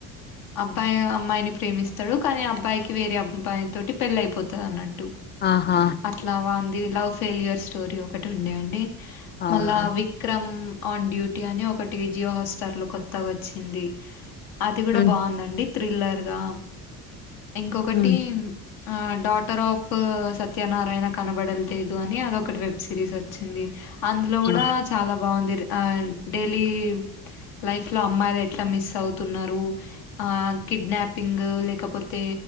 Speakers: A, on the left (about 65°); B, on the left (about 30°).
A: అబ్బాయి అమ్మాయిని ప్రేమిస్తాడు కానీ అబ్బాయికి వేరే అబ్బాయి తోటి పెళ్లి అయిపోతది అన్నట్టు
B: ఆహా
A: అట్ల వాంది లవ్ ఫెలియర్ స్టోరీ ఒకటి ఉండే అండి
B: అవునా
A: మల్లా విక్రమ్ ఆన్ డ్యూటీ అని ఒకటి జియో హాస్టార్ లో కొత్తగా వచ్చింది అది కూడా
B: ఉమ్
A: బాగుందండి థ్రిల్లర్ గా ఇంకొకటి
B: ఉమ్
A: ఆ డాటర్ ఆఫ్ సత్యనారాయణ కనబడుటలేదు అని అదొకటి వెబ్ సిరీస్ వచ్చింది అందులో కూడా
B: ఆ
A: చాల బాగుంది డైలీ లైఫ్ లో అమ్మాయిలు ఎట్లా మిస్ అవుతున్నారు ఆ కిడ్నాపింగ్ లేకపోతే